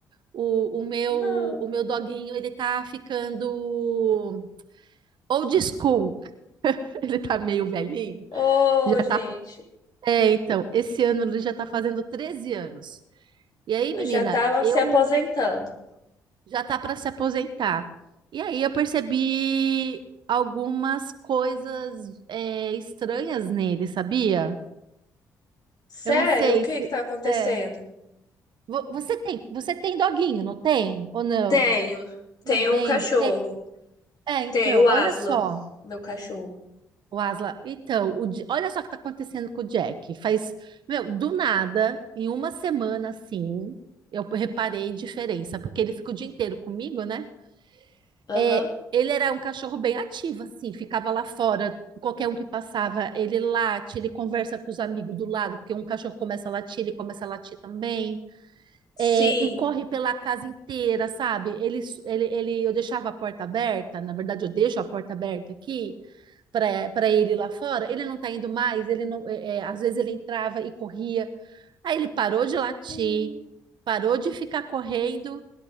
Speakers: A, on the right (about 60°); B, on the left (about 45°).
A: O, o meu
B: Não.
A: o meu doguinho, ele tá ficando old school. <laughs> Ele tá meio velhinho.
B: Ô,
A: Já
B: gente,
A: tá. É, então, esse ano ele já tá fazendo 13 anos. E aí,
B: eu
A: menina,
B: já tava
A: eu
B: se aposentando.
A: já tá para se aposentar. E aí eu percebi algumas coisas é, estranhas nele, sabia?
B: Sério?
A: Eu não sei
B: O que
A: se
B: que tá acontecendo?
A: é. Vo- Você tem, você tem doguinho, não tem? Ou não?
B: Tenho,
A: Não
B: tenho
A: lembro.
B: um cachorro.
A: Tem- É, então,
B: Tenho o Aslan,
A: olha só,
B: meu cachorro.
A: o Asla. Então, o Di- olha só o que tá acontecendo com o Jack. Faz, meu, do nada, em uma semana assim, eu reparei diferença, porque ele fica o dia inteiro comigo, né?
B: Aham.
A: É, ele era um cachorro bem ativo, assim, ficava lá fora, qualquer um que passava, ele late, ele conversa com os amigos do lado, porque um cachorro começa a latir, ele começa a latir também.
B: Sim.
A: É, e corre pela casa inteira, sabe? Ele, ele, ele, eu deixava a porta aberta, na verdade eu deixo a porta aberta aqui para para ele lá fora. Ele não tá indo mais, ele não, é, é, às vezes ele entrava e corria. Aí ele parou de latir,
B: Hum,
A: parou de ficar correndo